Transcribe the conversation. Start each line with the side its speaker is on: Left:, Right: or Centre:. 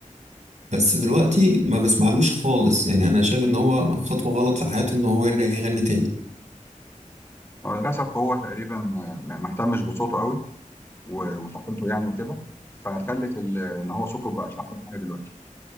Right: بس دلوقتي ما بسمعلوش خالص يعني انا شايف ان هو خطوه غلط في حياته ان هو يرجع يغني تاني
Left: هو للأسف هو تقريبا ما ما اهتمش بصوته قوي و- وثقته يعني وكده فخلت ال- ان هو صوته ما بقاش احسن حاجه دلوقتي